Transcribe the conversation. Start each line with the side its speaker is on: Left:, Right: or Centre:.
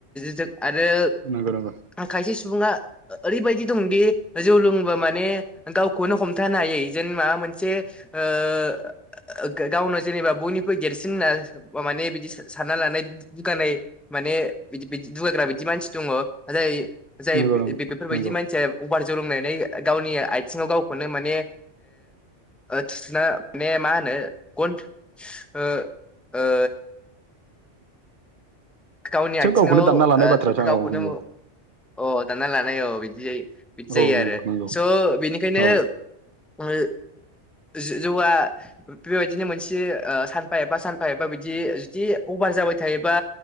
Centre: जों आरो
Right: नंगौ नंगौ
Centre: खायसे सु बुंआ ओरैबायदि दंदि जौ लोंबा माने गावखौनो हमथानो हायै जेन माबा मोनसे ओ गावनो जेनेबा बयनिख्रुइ देरसिन होनना माने बिदि सा-सानना लानाय दुगानाय माने बिदि बिदि दुगाग्रा बिदि मानसि दङ जाय जाय
Right: नंगौ
Centre: बे-बेफोरबायदि
Right: नंगौ नंगौ
Centre: मानसिया अभार जौ लोंनानै गावनि आथिङाव गावखौनो माने ओ थुसनो माने मा होन ने गन ओ ओ गावनि आथिङाव
Right: गावखौनो दानना
Centre: ओ
Right: लानाय बाथ्राथा
Centre: गा-गावखौनो
Right: औ नंगौ
Centre: अ दाना ला औ बिदि बिदि
Right: औ
Centre: जायो
Right: नंगौ
Centre: आरो
Right: नंगौ
Centre: स' बिनिखायनो
Right: औ
Centre: ओ जो-जौआ बेबायदिनो मोनसे ओ सानफा एबा सानफा एबा बिदि जुदि अभार जा बाय थायोबा